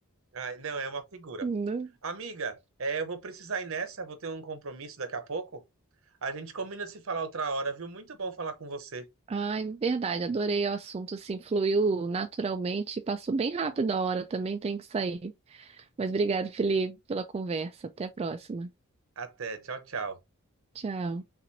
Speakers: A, on the right; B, on the right.
A: Ah, não, é uma figura.
B: Não.
A: Amiga, é, eu vou precisar ir nessa, vou ter um compromisso daqui a pouco. A gente combina de se falar outra hora, viu? Muito bom falar com você.
B: Ai, verdade, adorei o assunto, assim, fluiu naturalmente e passou bem rápido a hora, também tem que sair. Mas obrigado, Felipe, pela conversa. Até a próxima.
A: Até, tchau, tchau.
B: Tchau.